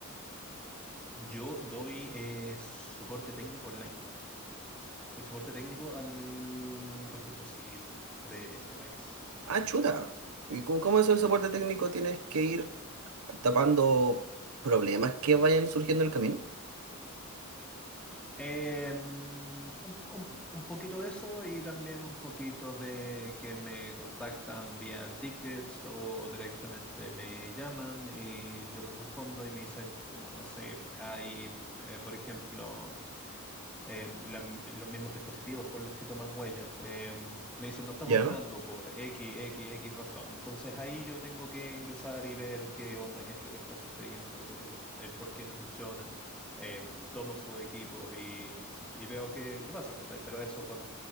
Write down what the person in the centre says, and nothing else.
Yo doy eh, soporte técnico online. Doy soporte técnico al registro civil de este país.
Eh, mm, un, un- un poquito de eso y también un poquito de que me contactan vía tickets o directamente me llaman y yo les respondo y me dicen como, no sé, hay, eh, por ejemplo, eh, la- los mismos dispositivos con los que toman huellas. eh, me dicen, no está
funcionando por X, X, X razón. Entonces ahí yo tengo que ingresar y ver qué onda, qué es lo que está sucediendo, el, el por qué no funciona em, tomo sus equipos y, y veo qué, qué pasa, ¿cachai? Pero eso con